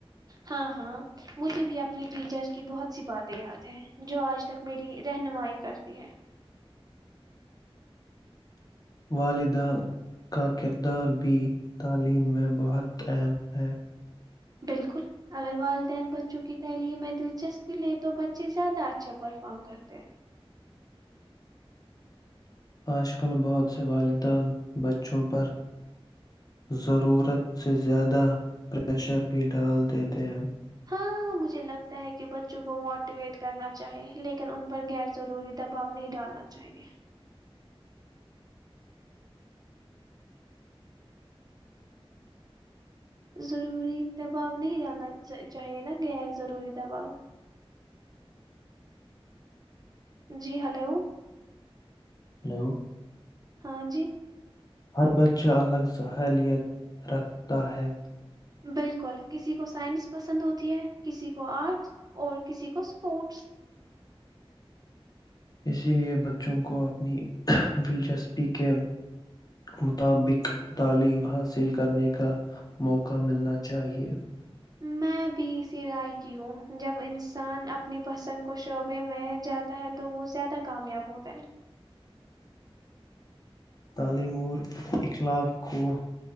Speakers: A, on the right (about 40°); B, on the left (about 40°).
A: ہاں ہاں مجھے بھی اپنی ٹیچر کی بہت سی باتیں یاد ہیں جو آج تک میری رہنمائی کرتی ہے
B: والدہ کا کردار بھی تعلیم میں بہت اہم ہے
A: بالکل اگر والدین بچوں کی تعلیم میں دلچسپی لیں تو بچے زیادہ اچھا پرفارم کرتے ہیں
B: آج کل بہت سے والدین بچوں پر ضرورت سے زیادہ پریشر بھی ڈال دیتے ہیں
A: ہاں مجھے لگتا ہے کہ بچوں کو موٹیویٹ کرنا چاہیے لیکن ان پر غیر ضروری دباؤ نہیں ڈالنا چاہیے ضروری دباؤ نہیں جانا چاہیے نا گغیر ضروری دباؤ جی ہلو
B: ہلو
A: ہاں جی
B: ہر بچہ الگ صہلیت رکھتا ہے
A: بالکل کسی کو سائنس پسند ہوتی ہے کسی کو آرٹس اور کسی کو اسپورٹس
B: اسی لیے بچوں کو اپنی دلچسپی کے مطابق تعلیم حاصل کرنے کا موقع ملنا چاہیے
A: میں بھی اسی رائے کی ہوں جب انسان اپنی پسند کو شعبے میں جاتا ہے تو وہ زیادہ کامیاب ہوتا ہے
B: تعلیم اور اخلاق کو